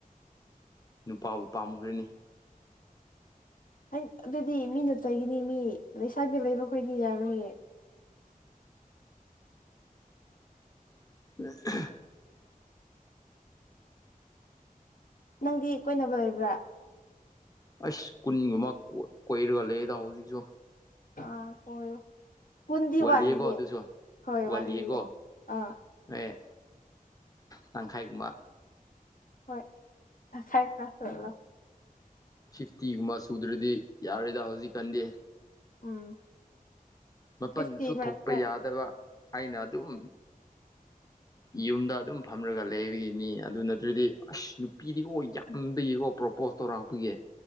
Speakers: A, on the left; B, on the left.
A: ꯅꯨꯄꯥꯕꯨ ꯄꯥꯝꯃꯨꯈ꯭ꯔꯅꯤ
B: ꯍꯩ ꯑꯗꯨꯗꯤ ꯃꯤꯅ ꯆꯩꯒꯤꯅꯤ ꯃꯤ ꯂꯩꯁꯥꯕꯤ ꯂꯩꯕꯈꯣꯏꯗꯤ ꯌꯥꯔꯣꯏꯅꯦ
A: <inaudible>
B: ꯅꯪꯗꯤ ꯀꯣꯏꯅꯕ ꯂꯩꯕ꯭ꯔꯥ
A: ꯑꯁ ꯀꯨꯟꯒꯨꯝꯕ ꯀꯣꯏꯔꯒ ꯂꯩꯌꯦꯗ ꯍꯧꯖꯤꯛꯁꯨ
B: ꯑꯥ ꯀꫭꯏꯌꯣ ꯀꯨꯟꯗꯤ
A: ꯋꯥꯠꯂꯤꯌꯦꯀꯣ
B: ꯋꯥꯠꯂꯤꯍꯦ
A: ꯑꯗꯨꯁꯨ
B: ꯍꯣꯏ
A: ꯋꯥꯠꯂꯤꯌꯦꯀꯣ
B: ꯋꯥꯠꯂꯤꯌꯦ ꯑꯥ
A: ꯑꯦ ꯇꯪꯈꯥꯏꯒꯨꯝꯕ
B: ꯍꯣꯏ ꯇꯪꯈꯥꯏ ꯀꯥꯁ ꯆꯠꯂꫭ
A: ꯐꯤꯐꯇꯤꯒꯨꯝꯕ ꯁꯨꯗ꯭ꯔꯗꯤ ꯌꯥꯔꯣꯏꯗ ꯍꯧꯖꯤꯛꯀꯥꯟꯗꯤ
B: ꯎꯝ
A: ꯃꯄꯟꯗꯨꯁꯨ
B: ꯐꯤꯐꯇꯤ ꯃꯔꯛꯇ
A: ꯊꯣꯛꯄ ꯌꯥꯗꯕ ꯑꯩꯅ ꯑꯗꯨꯝ ꯌꯨꯝꯗ ꯑꯗꯨꯝ ꯐꯝꯔꯒ ꯂꯩꯕꯒꯤꯅꯤ ꯑꯗꯨ ꯅꯠꯇ꯭ꯔꯗꯤ ꯑꯁ ꯅꯨꯄꯤꯗꯤꯀꯣ ꯌꯥꯝꯗꯒꯤꯀꯣ ꯄ꯭ꯔꯣꯄꯣꯁ ꯇꯧꯔꯛꯄꯒꯦ